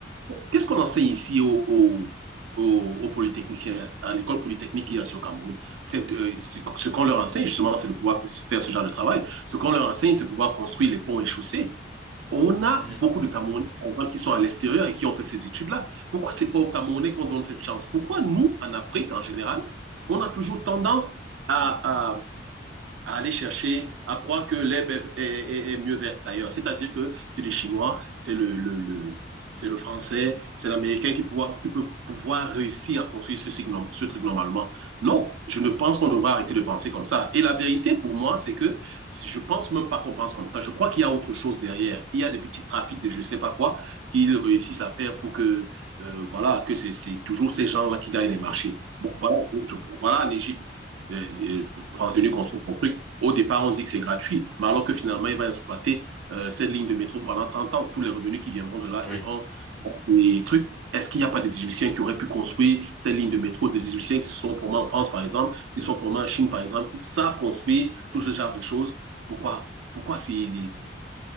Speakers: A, on the right; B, in the centre.
A: Qu'est-ce qu'on enseigne ici aux aux- aux- aux polytechniciens, à l'école polytechnique qu'il y a sur Cameroun? C'est, euh, ce ce qu'on leur enseigne, justement, c'est de pouvoir faire ce genre de travail. Ce qu'on leur enseigne, c'est de pouvoir construire les ponts et chaussées. On a
B: hmm,
A: beaucoup de Camerounais, qui sont à l'extérieur et qui ont fait ces études-là. Pourquoi c'est pas aux Camerounais qu'on donne cette chance? Pourquoi nous, en Afrique, en général, on a toujours tendance à. à, à aller chercher, à croire que l'herbe est, est- est mieux verte ailleurs. C'est-à-dire que c'est les Chinois, c'est le, le, le- c'est le Français, c'est l'Américain qui, qui peut pouvoir réussir à construire ce, ce truc normalement. Non, je ne pense qu'on devrait arrêter de penser comme ça. Et la vérité pour moi, c'est que si- je ne pense même pas qu'on pense comme ça. Je crois qu'il y a autre chose derrière. Il y a des petits trafics de je ne sais pas quoi qu'ils réussissent à faire pour que, euh, voilà, que c'est toujours ces gens-là qui gagnent les marchés.
B: hmm,
A: Bon, voilà, je- voilà en Égypte. Euh,
B: hmm,
A: euh, transvenu qu'on se construit. Au départ, on dit que c'est gratuit, mais alors que finalement, il va exploiter euh, cette ligne de métro pendant 30 ans. Tous les revenus qui viendront de là
B: oui,
A: iront dans les trucs. Est-ce qu'il n'y a pas des Égyptiens qui auraient pu construire ces lignes de métro, des Égyptiens qui sont pour moi en France, par exemple, qui sont pour moi en Chine, par exemple, qui savent construire
B: hmm,
A: tout ce genre de choses? Pourquoi, pourquoi c'est
B: hmm,